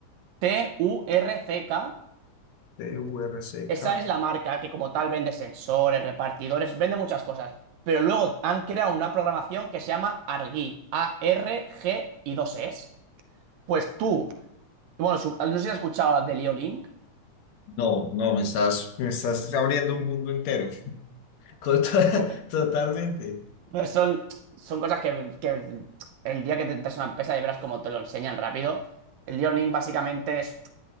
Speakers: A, on the right; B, on the left.
A: T-U-R-C-K.
B: T-U-R-C-K.
A: Esa es la marca que como tal vende sensores, repartidores, vende muchas cosas. Pero luego han creado una programación que se llama Argy A-R-G y dos S. Pues tú, bueno, su- no sé si has escuchado de Liolink.
B: No, no, me estás, me estás abriendo un mundo entero. Co- to- <laughs>
A: <laughs>
B: Totalmente.
A: pues son, son cosas que, que el día que te entras a una empresa y verás cómo te lo enseñan rápido. El Liolink básicamente es,